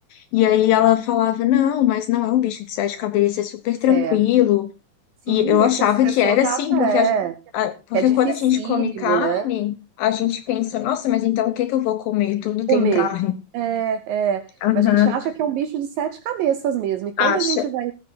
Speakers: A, on the left; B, on the right.
A: E aí ela falava, não, mas não é um bicho de sete cabeças, é super tranquilo.
B: É. Sim,
A: E eu achava
B: é porque as pessoas
A: que era assim,
B: acham,
A: porque,
B: é,
A: a-
B: que
A: a- porque
B: é dificílimo,
A: quando a gente come carne,
B: né?
A: a gente pensa, nossa, mas então o que que eu vou comer? Tudo
B: comer.
A: tem carne.
B: É, é.
A: Aham.
B: Mas a gente acha que é um bicho de sete cabeças mesmo. E quando
A: Acha.
B: a gente vai,